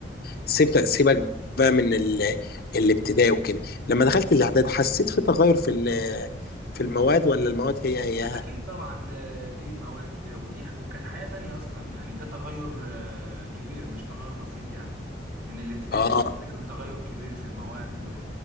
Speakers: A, on the left; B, on the right.
A: سيبت سيبك بقى من ال- الابتدائي وكده لما دخلت الاعداد حسيت في تغير في ال- في المواد ولا المواد هي هي
B: اكيد طبعا آه، دي مواد آه، ودي وكانت حياه تانية اصلا يعني ده تغير آه، كبير مش تغير بسيط يعني من الابتدائي
A: اه
B: للابتدائي كان تغير كبير في المواد و...